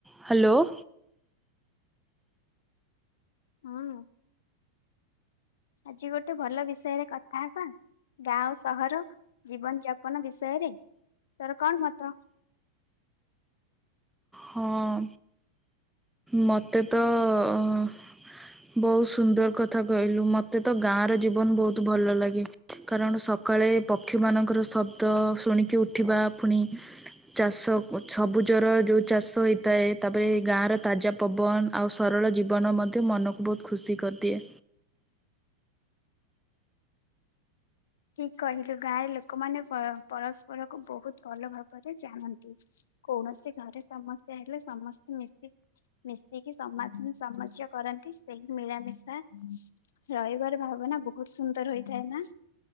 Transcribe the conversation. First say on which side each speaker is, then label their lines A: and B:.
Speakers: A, in the centre; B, on the left (about 60°).
A: <inaudible> Hello. <inaudible>
B: ହଁ। ଆଜି ଗୋଟେ ଭଲ ବିଷୟରେ କଥା ହବା ଗାଁ ଆଉ ସହର ଜୀବନ ଯାପନ ବିଷୟରେ। ତୋର କଣ ମତ?
A: ହଁ ମୋତେ ତ ଅ ବହୁତ ସୁନ୍ଦର କଥା କହିଲୁ ମୋତେ ତ ଗାଁର ଜୀବନ ବହୁତ ଭଲ ଲାଗେ କାରଣ ସକାଳେ ପକ୍ଷୀମାନଙ୍କର ଶବ୍ଦ ଶୁଣିକି ଉଠିବା ଫୁଣି ଚାଷ ସବୁଜର ଯୋଉ ଚାଷ ହୋଇଥାଏ ତାପରେ ଗାଁର ତାଜା ପବନ ଆଉ ସରଳ ଜୀବନ ମଧ୍ୟ ମନକୁ ବହୁତ ଖୁସି କରିଦିଏ।
B: ଠିକ କହିଲୁ ଗାଁରେ ଲୋକମାନେ ପ ପରସ୍ପର କୁ ବହୁତ ଭଲ ଭାବରେ ଜାଣନ୍ତି କୌଣସି ଘରେ ସମସ୍ୟା ହେଲେ ସମସ୍ତେ ମିଶି ମିଶିକି ସମାଧାନ ସମସ୍ୟା କରନ୍ତି ସେଇ ମିଳାମିଶା ରହିବାର ଭାବନା ବହୁତ ସୁନ୍ଦର ହୋଇଥାଏ ନା।